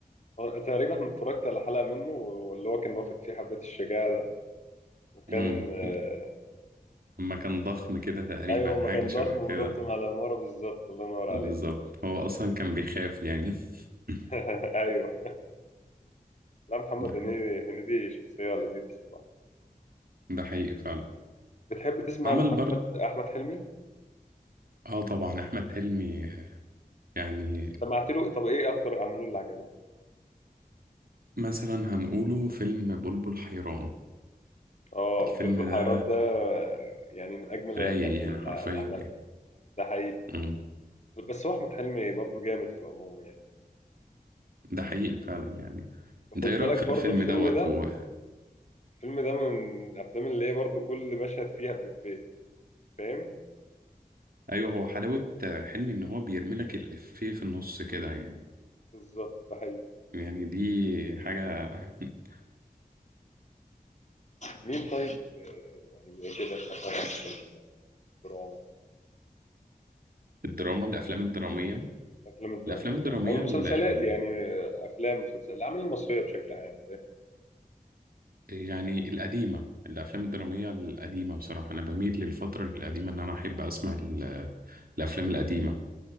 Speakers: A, on the left (about 50°); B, on the right (about 70°).
A: آه، تقريبا أنا اتفرجت على حلقه منه واللي هو كان واخد فيه حبه الشجاعه ده وكان
B: امم
A: آه،
B: لما <laughs> كان ضخم كده تقريبا
A: ايوه ما
B: حاجة
A: كان
B: شبه
A: ضخم
B: كده
A: ونط من على العماره بالظبط الله ينور عليه
B: بالظبط هو أصلا كان بيخاف يعني <laughs>
A: <laughs> ايوه لا محمد
B: ده حقيقي
A: هنيدي هنيدي شخصيه لذيذه الصراحه
B: ده حقيقي فعلا
A: بتحب تسمع
B: عمل
A: لمحمد
B: برضه
A: احمد حلمي
B: اه طبعا أحمد حلمي يعني
A: سمعت له طب ايه اكتر اعماله اللي عجبتك
B: مثلا هنقوله فيلم بلبل حيران
A: اه
B: الفيلم
A: بلبل
B: ده
A: حيران ده يعني من اجمل
B: رايق
A: الافلام
B: يعني
A: اللي
B: حرفيا
A: اللي عملها
B: يعني
A: ده حقيقي
B: مم.
A: بس هو احمد حلمي برضو جامد في العموم يعني
B: ده حقيقي فعلا يعني
A: خد
B: انت ايه رايك
A: بالك
B: في
A: برضو
B: الفيلم
A: الفيلم
B: دوت
A: ده
B: هو
A: الفيلم ده من الافلام اللي هي برضو كل مشهد فيها بإفيه فاهم
B: ايوه هو حلاوه حلمي ان هو بيرملك الافيه في النص كده يعني
A: بالظبط ده حقيقي
B: يعني دي حاجه <laughs>
A: مين طيب يعني بيعجبك مثلا في الدراما
B: الدراما الافلام الدراميه
A: الافلام الدراميه
B: الافلام الدراميه
A: او المسلسلات
B: ال... ال...
A: يعني افلام مسلسلات الاعمال المصريه بشكل عام
B: يعني القديمه الافلام الدراميه القديمه بصراحه انا بميل للفتره القديمه ان انا احب اسمع ال... الافلام القديمه